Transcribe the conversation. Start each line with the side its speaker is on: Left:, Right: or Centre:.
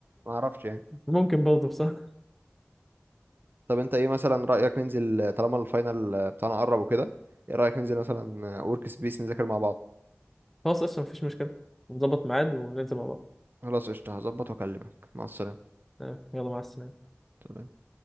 Right: ما اعرفش يعني
Centre: ممكن برضه بصراحه
Right: طب انت ايه مثلا رايك ننزل طالما الفاينل بتاعنا قرب وكده ايه رايك ننزل مثلا ورك سبيس نذاكر مع بعض
Centre: خلاص اصلا مفيش مشكله نظبط ميعاد وننزل مع بعض
Right: خلاص قشطه هظبط واكلمك مع السلامه
Centre: آه، يلا مع السلامه
Right: تمام.